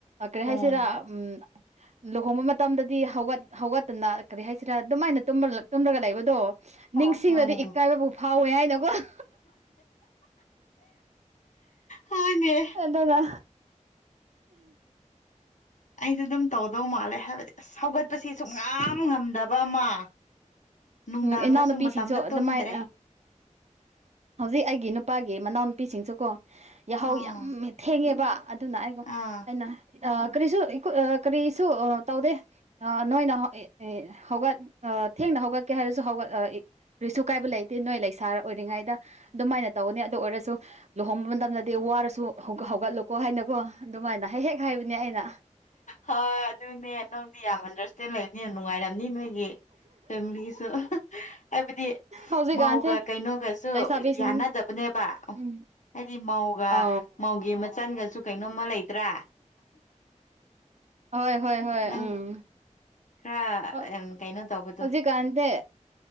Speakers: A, on the right (about 60°); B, on the left (about 70°).
A: ꯀꯔꯤ ꯍꯥꯏꯁꯤꯔ
B: ꯎꯝ
A: ꯎꯝ ꯂꯨꯍꯣꯡꯕ ꯃꯇꯝꯗ ꯗꯤ ꯍꯧꯒꯠ ꯍꯧꯒꯠꯇꯅ ꯀꯔꯤ ꯍꯥꯏꯁꯤꯔꯥ ꯑꯗꯨꯃꯥꯏꯅ ꯇꯨꯝꯂꯒ ꯂꯩꯕꯗꯣ
B: ꯎꯝ
A: ꯅꯤꯡꯁꯤꯡꯅꯗꯤ ꯏꯀꯥꯏꯕꯕꯨꯥꯎ ꯐꯥꯎꯋꯦ ꯍꯥꯏꯅꯀꯣ ꯑ
B: ꯍꯣꯏꯅꯦ
A: ꯑꯦꯗꯅ
B: ꯑꯩꯁꯨ ꯑꯗꯨꯝ ꯇꯧꯗꯧ ꯃꯥꯜꯂꯦ ꯍꯥꯏꯕꯗꯤ ꯑꯁ ꯍꯧꯒꯠꯄꯁꯦ ꯁꯨꯡ ꯌꯥꯝ ꯉꯝꯗꯕ ꯑꯃ ꯅꯨꯡꯗꯥꯡꯅꯁꯨ
A: ꯎꯝ ꯏꯅꯥꯎꯅꯨꯄꯤꯁꯤꯡꯁꯨ
B: ꯃꯇꯝꯗ
A: ꯑꯗꯨꯃꯥꯏ
B: ꯇꯨꯝꯗ꯭ꯔꯦ
A: ꯍꯧꯖꯤꯛ ꯑꯩꯒꯤ ꯅꯨꯄꯥꯒꯤ ꯃꯅꯥꯎꯅꯨꯄꯤꯁꯤꯡꯁꯨꯀꯣ ꯌꯥꯍꯧ
B: ꯎꯝ
A: ꯌꯥꯝ ꯊꯦꯡꯉꯦꯕ ꯑꯗꯨꯅ ꯑꯩꯒꯣ
B: ꯑꯥ
A: ꯑꯩꯅ ꯀꯔꯤꯁꯨ ꯀꯔꯤꯁꯨ ꯇꯧꯗꯦ ꯅꯣꯏꯅ ꯍꯧꯒꯠ ꯊꯦꯡꯅ ꯍꯧꯒꯠꯀꯦ ꯍꯥꯏꯔꯁꯨ ꯍꯧꯒꯠꯂ ꯔꯤꯁꯨ ꯀꯥꯏꯕ ꯂꯩꯇꯦ ꯅꯣꯏ ꯂꯩꯁꯥꯔ ꯑꯣꯏꯔꯤꯉꯩꯗ ꯑꯗꯨꯃꯥꯏꯅ ꯇꯧꯅꯤ ꯑꯗꯨ ꯑꯣꯏꯔꯁꯨ ꯂꯨꯍꯣꯡꯕ ꯃꯇꯝꯗꯗꯤ ꯋꯥꯔꯁꯨ ꯍꯧꯒꯠꯂꯣꯀꯣ ꯍꯥꯏꯅꯀꯣ ꯑꯗꯨꯃꯥꯏꯅ ꯍ ꯍꯦꯛ ꯍꯥꯏꯕꯅꯦ ꯑꯩꯅ
B: ꯍꯣꯏ ꯑꯗꯨꯅꯦ ꯅꯪꯗꯤ ꯌꯥꯝ ꯑꯟꯗꯔꯁꯇꯦꯟ ꯂꯩꯔꯅꯤ ꯌꯥꯝ ꯅꯨꯡꯉꯥꯏꯔꯝꯅꯤ ꯅꯣꯏ ꯦ ꯐꯦꯃꯤꯂꯤꯁꯨ ꯍꯥꯏꯕꯗꯤ
A: ꯍꯧꯖꯤꯛꯀꯥꯟꯁꯦ
B: ꯃꯧꯒ ꯀꯩꯅꯣꯒꯁꯨ
A: ꯂꯩꯁꯥꯕꯤꯁꯤꯡ
B: ꯌꯥꯅꯗꯕꯅꯦꯕ
A: ꯎꯝ
B: ꯍꯥꯏꯗꯤ ꯃꯧꯒ
A: ꯑ
B: ꯃꯧꯒꯤ ꯃꯆꯟꯒꯁꯨ ꯀꯩꯅꯣ ꯅꯃ ꯂꯩꯇ꯭ꯔꯥ
A: ꯍꯣꯏ ꯍꯣꯏ ꯍꯣꯏ
B: ꯅꯪ
A: ꯎꯝ
B: ꯈꯔ
A: ꯍ
B: ꯎꯝ ꯀꯩꯅꯣ ꯇꯧꯕꯗꯣ
A: ꯍꯧꯖꯤꯛꯀꯥꯟꯗꯦ